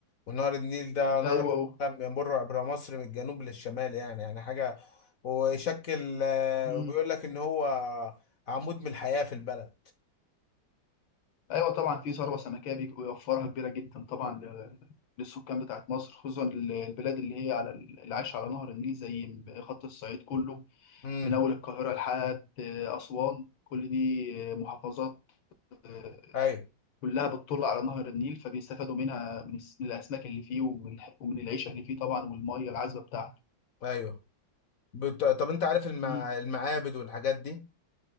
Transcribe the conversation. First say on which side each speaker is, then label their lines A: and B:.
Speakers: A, on the left (about 50°); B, on the left (about 85°).
A: ونهر النيل ده نهر
B: ايوه و-
A: كان بيمر عبر مصر من الجنوب للشمال يعني يعني حاجة ويشكل آه،
B: مم.
A: وبيقول لك إن هو عمود من الحياة في البلد
B: ايوه طبعا في ثروه سمكيه بيوفرها كبيره جدا طبعا ل- للسكان بتاعت مصر خصوصا ال- البلاد اللي هي على ال- اللي عايشه على نهر النيل زي خط الصعيد كله
A: امم
B: من اول القاهره لحد آه، اسوان كل دي آه، محافظات آه،
A: أيوه
B: كلها بتطل على نهر النيل فبيستفادوا منها من الس- من الأسماك اللي فيه ومن الح- ومن العيشة اللي فيه طبعا والمية العذبة بتاعته
A: أيوه بت... طب أنت عارف المع...
B: مم.
A: المعابد والحاجات دي؟